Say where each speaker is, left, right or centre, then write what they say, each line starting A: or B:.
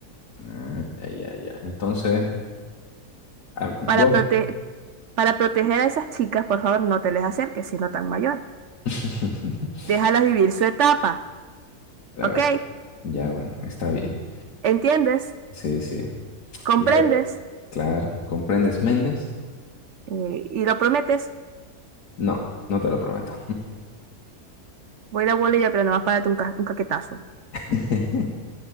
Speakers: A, on the left (about 70°); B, on the right (about 60°).
A: Ah, ya, ya, ya. Entonces, a vos.
B: Para prote- para proteger a esas chicas, por favor, no te les acerques siendo tan mayor.
A: <laughs>
B: Déjalas vivir su etapa,
A: A
B: ¿ok?
A: ver, ya, bueno, está bien.
B: ¿Entiendes?
A: Sí, sí.
B: ¿Comprendes?
A: Ya, a ver, claro. ¿Comprendes Méndez?
B: Eh, y lo prometes,
A: No, no te lo prometo.
B: voy a ir a Bolivia, pero nomás párate un, ca- un caquetazo.
A: <laughs>